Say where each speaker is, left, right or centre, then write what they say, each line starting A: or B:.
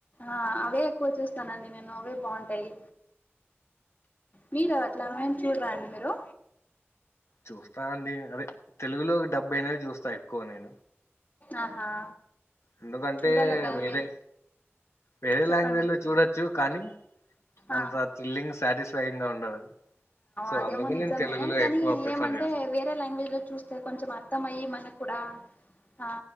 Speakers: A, on the left; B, on the left.
A: ఆ అవే ఎక్కువ చూస్తానండి నేను అవే బాగుంటయి మీరువట్ల ఏమి చూడరా అండి మీరు
B: చూస్తా అండి అదే తెలుగులో డబ్బైయినవి చూస్తా ఎక్కువ నెన్
A: ఆహా
B: ఎందుకంటే
A: చూడాల కదా
B: వేరే వేరే
A: చెప్పండి
B: లాంగ్వేజ్ లో చూడొచ్చు కానీ
A: ఆ
B: అంత ఫీల్లింగ్ సాటిస్ఫైయింగ్ గా ఉండదు సో
A: అదేమో
B: అందుకు
A: నిజమే
B: నేను తెలుగులో
A: కానీ
B: ఎక్కువ ప్రిఫర్
A: ఏమంటేే
B: చేస్తా
A: వేరే లాంగ్వేజ్ లో చూస్తే కొంచెం అర్థం అయ్యి మనకు కూడా ఆ